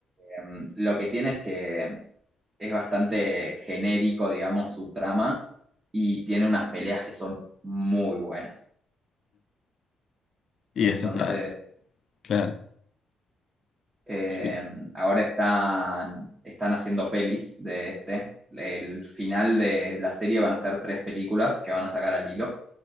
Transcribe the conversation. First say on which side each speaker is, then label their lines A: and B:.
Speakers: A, on the right (about 30°); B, on the left (about 50°).
A: Em, lo que tiene es que es bastante genérico, digamos, su trama y tiene unas peleas que son muy buenas.
B: Y
A: Entonces,
B: ese está, claro.
A: eh,
B: Sí.
A: ahora están, están haciendo pelis de este. El final de la serie van a ser tres películas que van a sacar al hilo.